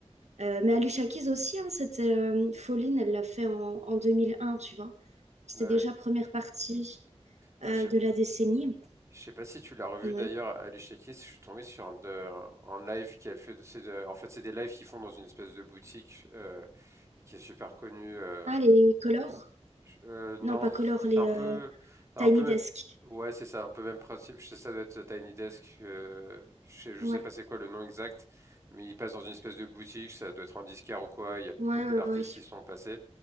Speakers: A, on the right; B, on the right.
A: Euh, mais Alicia Keys aussi, hein, c'était euh, Falling, elle l'a fait en, en 2001, tu vois. C'était
B: Ouais.
A: déjà première partie
B: Putain,
A: euh,
B: Je sais
A: de la décennie.
B: je sais pas si tu l'as revu
A: Ouais.
B: d'ailleurs, Alicia Keys, je suis tombé sur un, de, un live qu'elle fait. de- c'est de- en fait, c'est des lives qu'ils font dans une espèce de boutique euh, qui est super connue. euh,
A: Ah, les Colors?
B: Je- euh, non,
A: Non, pas
B: c'est
A: Colors, les...
B: un peu,
A: euh,
B: un
A: Tiny
B: peu même.
A: Desk.
B: Ouais, c'est ça, un peu même principe. Je sais, ça doit être Tiny Desk. euh, je sais, je
A: Ouais.
B: sais pas c'est quoi le nom exact, mais il passe dans une espèce de boutique. Ça doit être en disquaire ou quoi. Il y a
A: Ouais,
B: beaucoup
A: ouais,
B: d'artistes
A: ouais.
B: qui sont passés.